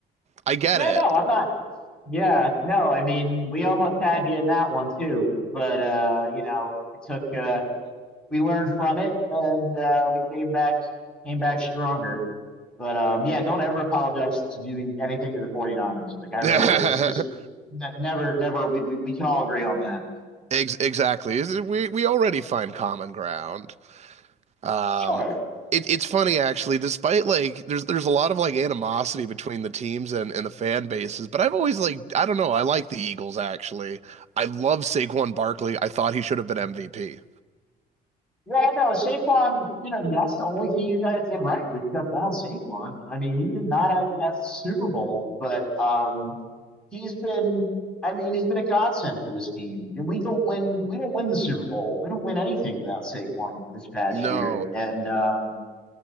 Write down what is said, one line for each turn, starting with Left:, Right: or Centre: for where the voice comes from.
Right: I get
Centre: Yeah,
Right: it.
Centre: no, I'm not. Yeah, no, I mean we almost had you in that one too, but uh, you know it took uh, we learned from it and uh, we came back came back stronger. But um, yeah, don't ever apologize to doing anything to the 49ers. Like I really
Right: <laughs>
Centre: just just never never we, we we can all agree on that.
Right: Ex exactly. Is- We we already find common ground. Um,
Centre: Sure.
Right: it, it's funny actually, despite like there's there's a lot of like animosity between the teams and, and the fan bases, but I've always like I don't know, I like the Eagles actually. I love Saquon Barkley. I thought he should have been MVP.
Centre: Yeah, no, Saquon, you know, that's the only thing you guys did right was shut down Saquon. I mean, he did not have the best Super Bowl, but um he's been I mean, he's been a godsend for this team. And we don't win we don't win the Super Bowl. We don't win anything without Saquon this past
Right: No.
Centre: year. And um